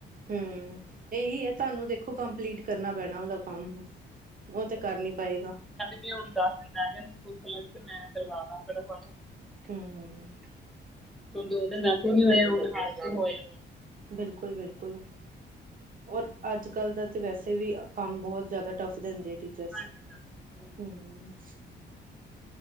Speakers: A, on the right; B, in the centre.
A: ਹੂੰ, ਇਹੀ ਆ ਤੁਹਾਨੂੰ ਦੇਖੋ ਕੰਪਲੀਟ ਕਰਨਾ ਪੈਣਾ ਉਹਦਾ ਕੰਮ। ਓਹ ਤੇ ਕਰ ਨੀ ਪਾਏਗਾ।
B: ਤੇ ਹੁਣ ਦੱਸ ਦਿਨ ਰਹਿ ਗਏ ਨੇ, ਸਕੂਲ ਖੁਲਣ ਵਿਚ ਮੈ ਕਰਵਾਦਾਂ ਫਟਾਫਟ
A: ਹੂੰ, ਹੂੰ
B: ਹੁਣ ਦੋ-ਦਿਨ ਵੈਸੇ ਨੀ ਹੋਇਆ, ਹੁਣ ਹਾਰ ਕੇ ਹੋਇਆ ਵੇ।
A: ਬਿਲਕੁਲ-ਬਿਲਕੁਲ। ਔਰ ਅੱਜ-ਕੱਲ ਦਾ ਤੇ ਵੈਸੇ ਵੀ, ਕੰਮ ਬਹੁਤ ਜ਼ਿਆਦਾ ਟਫ ਦਿੰਦੇ ਆ ਟੀ ਟੀਚਰਸ,
B: ਹਾਂਜੀ-ਹਾਂਜੀ ਹੋਰ
A: ਹੂੰ